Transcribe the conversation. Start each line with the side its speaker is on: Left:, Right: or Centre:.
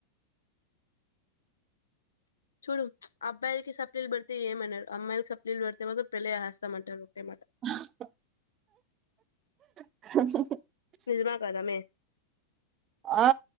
Left: చూడు అబ్బాయిలకి సప్లీలు పెడితే ఏమనరు అమ్మాయిలకి సప్లీలు పడితే మాత్రం పెళ్లి చేసేస్తామంటారు ఒకే
Right: <unintelligible> <unintelligible>
Left: నిజమా కాదా మే
Right: ఆ